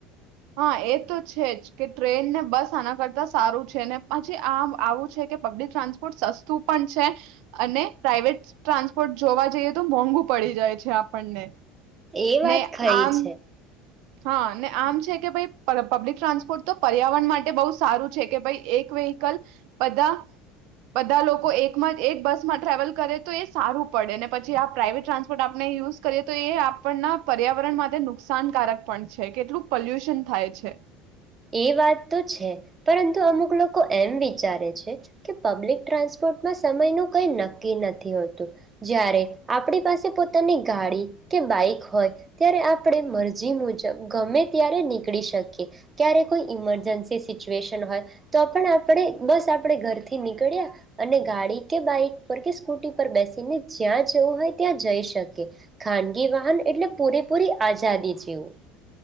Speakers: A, on the right (about 70°); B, on the right (about 20°).
A: હા એ તો છે જ કે ટ્રેન ને બસ આના કરતા સારું છે ને પછી આમ આવું છે કે પબ્લિક ટ્રાન્સપોર્ટ સસ્તું પણ છે, અને પ્રાઈઇવેટ ટ્રાન્સપોર્ટ જોવા જઈએ તો મોંઘુ પડી જાય છે આપણને.
B: એ વાત
A: ને
B: ખરી
A: આમ
B: છે.
A: હા ને આમ છે કે ભાઈ પબ્લિક ટ્રાન્સપોર્ટ તો પર્યાવરણ માટે બહુ સારું છે કે ભાઈ એક વેહકલ, બધા બધા લોકો એક એક બસમાં ટ્રાવેલ કરે તો એ સારું પડે ને પછી આ પ્રાઇવેટ ટ્રાન્સપોર્ટ આપણે યુઝ કરીએ તો એ આપણના પર્યાવરણ માટે નુકસાનકારક પણ છે કેટલું પોલ્યુશન થાય છે.
B: એ વાત તો છે, પરંતુ અમુક લોકો એમ વિચારે છે, કે પબ્લિક ટ્રાન્સપોર્ટમાં સમય નું કઈ નક્કી નથી હોતું, જ્યારે આપણી પાસે પોતાની ગાડી કે બાઈક હોય ત્યારે આપણે મરજી મુજબ ગમે ત્યારે નીકળી શકીએ. ક્યારે કોઈ ઈમરજન્સી સિચુએશન હોય તો પણ આપણે બસ આપણે ઘરથી નીકળ્યા અને ગાડી કે બાઈક પર કે સ્કૂટી પર બેસીને જ્યાં જવું હોય ત્યાં જઈ શકીએ ખાનગી વાહન એટલે પૂરેપૂરી આઝાદી જેવું